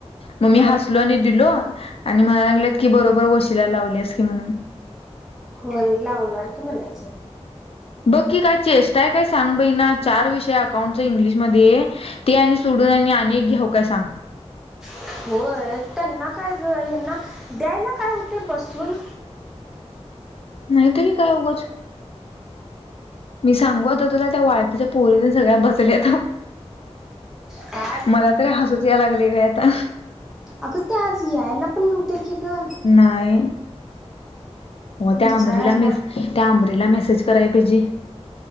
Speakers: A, on the left; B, in the centre.
A: म
B: नाही
A: मी हसलो आणि दिलो आणि म्हणायं लागलेत की, बरो बर वशीला लावल्यास की म्हणून.
B: होय लावणार की म्हणायचं.
A: बघ की काय चेष्टा हाय काय सांग बई ना चार विषय अकाउंटचं इंग्लिशमध्ये ते आणि सोड न आणि एक घेऊ का सांग?
B: <unintelligible> होय, त्यांना काय गं ह्यांना द्यायला काय हुतंय बसवून.
A: नाहीतरी काय उगच. मी सांगू आता तुला त्या वाळकीच्या पोरीनं सगळ्या बसल्या
B: काय?
A: मला तरी हसूच या लागलयं बया आता.
B: अगं ते आज यायला पण नव्हते की ग
A: नाही. हो त्या
B: विचारायला
A: आंबरीला मेस, त्या आंबरीला मेसेज कराय पाहिजे.